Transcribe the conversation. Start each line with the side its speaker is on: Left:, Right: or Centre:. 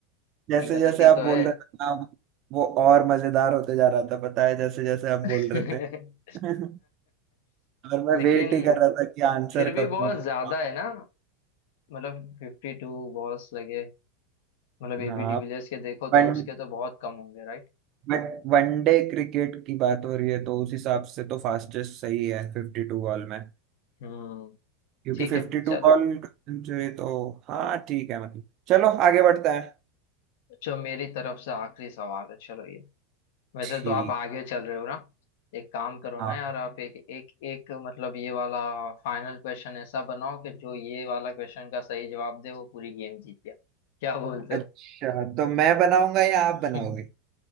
Right: जैसे
Left: कि गलती
Right: जैसे आप
Left: तो
Right: बोल
Left: है
Right: रहे थे ना वो और मजेदार होते जा रहा था पता है जैसे जैसे आप
Left: <laughs>
Right: बोल रहे थे <laughs> और मैं
Left: लेकिन
Right: वेट ही कर रहा था कि आंसर
Left: फिर भी
Right: कब
Left: बहुत
Right: मिलेगा।
Left: ज्यादा है ना मतलब फिफ्टी टू बॉल्स लगे मतलब एबी
Right: हाँ
Left: डिविलियर्स के देखो
Right: वन
Left: तो उसके तो बहुत कम होंगे राइट
Right: बट वनडे क्रिकेट की बात हो रही है तो उस हिसाब से तो फास्टेस्ट सही है फिफ्टी टू बॉल में
Left: हम्म
Right: क्योंकि
Left: ठीक
Right: फिफ्टी
Left: है
Right: टू
Left: चलो
Right: बॉल सेंचुरी तो हाँ ठीक है मतलब चलो आगे बढ़ते हैं
Left: जो मेरी तरफ से आखिरी सवाल है चलो ये वैसे
Right: ठीक
Left: तो आप आगे चल रहे हो ना एक काम करो
Right: हाँ
Left: ना यार आप एक एक एक मतलब ये वाला फाइनल क्वेश्चन ऐसा बनाओ कि जो ये वाला क्वेश्चन का सही जवाब दे वो पूरी गेम जीत गया क्या बोलते
Right: अच्छा
Left: हो
Right: तो मैं बनाऊंगा या
Left: <laughs>
Right: आप बनाओगे